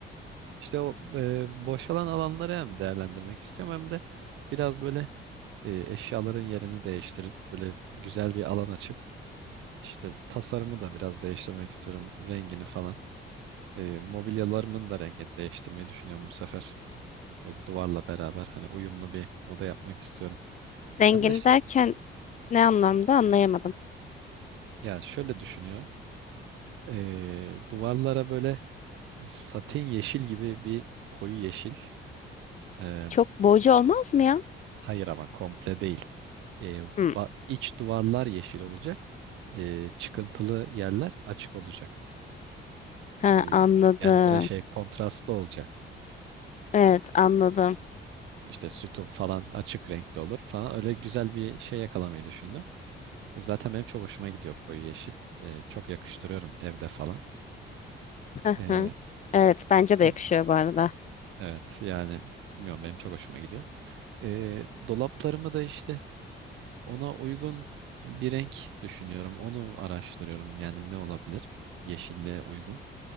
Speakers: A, on the right; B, on the left.
A: İşte o e, boşalan alanları hem değerlendirmek istiyorum hem de biraz böyle e, eşyaların yerini değiştirip böyle güzel bir alan açıp işte tasarımı da biraz değiştirmek istiyorum rengini falan. E, mobilyalarımın da rengini değiştirmeyi düşünüyorum bu sefer. E, duvarla beraber hani uyumlu bir oda yapmak istiyorum.
B: Rengini
A: Ben de şey
B: derken ne anlamda anlayamadım.
A: ya şöyle düşünüyorum. E, duvarlara böyle satin yeşil gibi bir koyu yeşil. Ee,
B: Çok boğucu olmaz mı ya?
A: hayır ama komple değil. Ee,
B: Hı.
A: ba- iç duvarlar yeşil olacak. Ee, çıkıntılı yerler açık olacak.
B: Ha,
A: Ee,
B: anladım.
A: yani böyle şey kontrastlı olacak.
B: Evet anladım.
A: İşte sütun falan açık renkli olur falan. Öyle güzel bir şey yakalamayı düşündüm. E, Zaten benim çok hoşuma gidiyor koyu yeşil. Ee, çok yakıştırıyorum evde falan.
B: Hı
A: Ee,
B: hı. Evet bence
A: işte
B: de yakışıyor bu arada.
A: evet yani bilmiyorum benim çok hoşuma gidiyor. Ee, dolaplarımı da işte Ona uygun bir renk düşünüyorum. Onu araştırıyorum. Yani ne olabilir? Yeşille uygun.